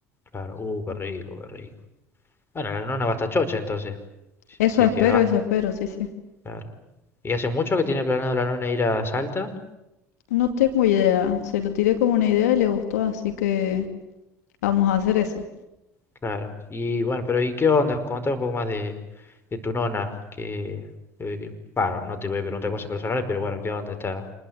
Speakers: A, on the left; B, on the left.
A: Claro, uh, qué rico, qué rico. Bueno, la nona va hasta chocha entonces. Sí,
B: Eso
A: sí,
B: espero,
A: es que va,
B: eso espero, sí, sí.
A: claro. ¿Y hace mucho que tiene planeado la nona ir a Salta?
B: No tengo idea, se lo tiré como una idea y le gustó, así que vamos a hacer eso.
A: Claro. Y bueno, pero ¿y qué onda? Contame un poco más de de tu nona, que, eh, bah, no te voy a preguntar cosas personales, pero bueno, ¿qué onda? ¿Está,